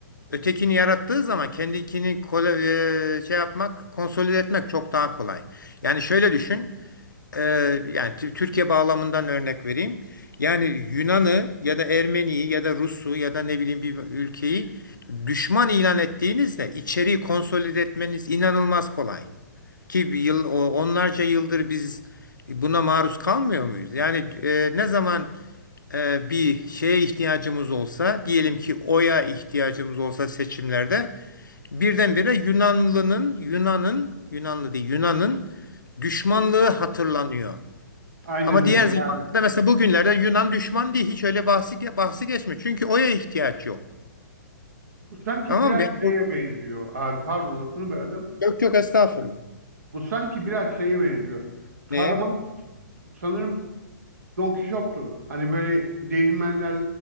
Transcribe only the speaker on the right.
Evet.
Aynen
öyle.
yani
bu sanki
biraz
şeye
benziyor. Abi pardon lafını böldüm.
Bu sanki biraz şeye benziyor. Kahraman
sanırım Don Kişot'tu. Hani böyle değirmenler